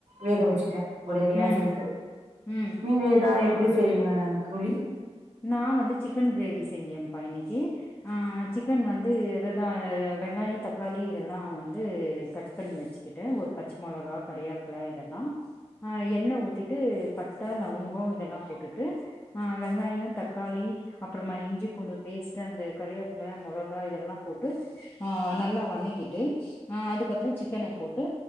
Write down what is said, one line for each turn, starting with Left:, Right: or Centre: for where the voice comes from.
Right: வேக வச்சிட்டே ஒரேடியா
Left: ம்
Right: சேத்து
Left: ம்
Right: நீங்கள் இத எப்டி செய்வீங்க தோழி
Left: நா வந்து சிக்கன் கிரேவி செஞ்சேம்ப்பா இன்னைக்கு ஆ சிக்கன் வந்து வெ ந்து ஆ வெங்காயோ தக்காளி இதெல்லா வந்து கட் பண்ணி வச்சுக்கிட்டு ஒரு பச்ச மொளகா கரியாப்புல இதல்லா ஆ எண்ணெ ஊத்திட்டு பட்ட லவங்கோ இதெல்லா போட்டுட்டு அ வெ வெங்காயோ தக்காளி அப்புறமா இஞ்சி பூண்டு பேஸ்ட் அந்த கரிவேப்புல மொளகா இதெல்லா போட்டு ஆ நல்லா வணக்கிட்டு அ அதுக்கப்புறோ சிக்கன போட்டு